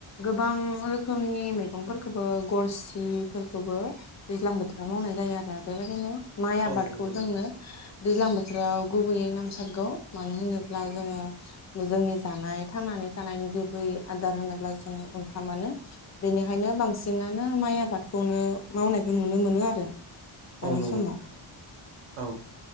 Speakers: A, on the left; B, on the right.
A: गोबां रोखोमनि मैगंफोरखौबो गरसिफोरखौबो दैज्लां बोथोराव मावनाय जायो आरो बेबायदिनो माइ
B: औ
A: आबादखौ
B: नंगौ
A: जोंनो
B: नोंथां
A: दैज्लां बोथोराव गुबैयै नांथारगौ मानो होनोब्ला जोङो जोंनि जानाय थांनानै थानायनि गुबै आदार होनोब्ला जोङो ओंखामानो। बेनिखायनो बांसिनानो माइ आबादखौनो मावनायखौ नुनो मोनो आरो। दानि
B: औ नंगौ
A: समाव
B: नोंथां औ